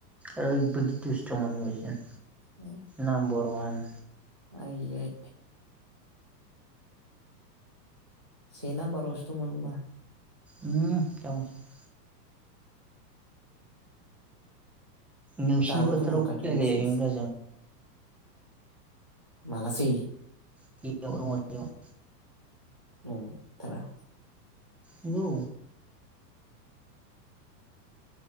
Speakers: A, in the centre; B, on the right.
A: ओरैबायदि दुस्थ मोन होनबायसै
B: <inaudible>
A: नाम्बर वान।
B: आयै। से नाम्बारावसो दंमोन होनबा।
A: ओम दाबुंसै नोंसिनि
B: दाबो
A: फोथाराव
B: दं ओंखायनोथ
A: खेला गेलेहैयोमोनब्रा
B: एसे एसे मालासै
A: <unintelligible>
B: नंथारा
A: नंगौ